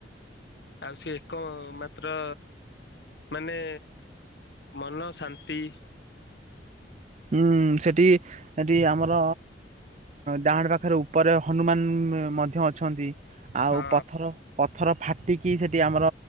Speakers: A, on the left (about 65°); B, on the right (about 40°).
A: ଆଉ ସେ ଏକ ତ୍ର ମାନେ ମନ ଶାନ୍ତି।
B: ହୁଁ ସେଠି ସେଠି ଆମର ଡାହାଣ ପାଖରେ ଉପରେ ହନୁମାନ ମଧ୍ୟ ଅଛନ୍ତି। ଆଉ
A: ହଁ
B: ପଥର ପଥର ଫା ଟିକି ସେଠି ଆମର